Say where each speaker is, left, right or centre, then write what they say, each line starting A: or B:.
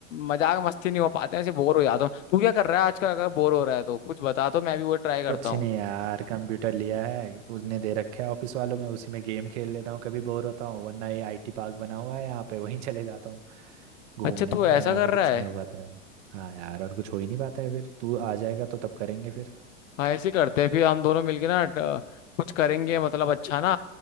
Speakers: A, on the left; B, on the right.
A: मजाक मस्ती नहीं हो पाते हैं ऐसे बोर हो जाता हूँ तू क्या कर रहा है आजकल अगर बोर हो रहा है तो कुछ बता तो मैं भी वो ट्राई करता
B: कुछ
A: हूँ
B: नहीं यार कंप्यूटर लिया है उसने दे रखा है ऑफिस वालों में उसी में गेम खेल लेता हूँ कभी बोर होता हूँ वरना ये आईटी पार्क बना हुआ है यहाँ पे वहीं चले जाता हूँ घूमने
A: अच्छा तू ऐसा
B: वरना
A: कर
B: तो कुछ
A: रहा है
B: नहीं हो पाता है हाँ यार और कुछ हो ही नहीं पाता है फिर तू आ जाएगा तो तब करेंगे फिर
A: हाँ ऐसे करते हैं फिर हम दोनों मिलके ना ट- कुछ करेंगे मतलब अच्छा ना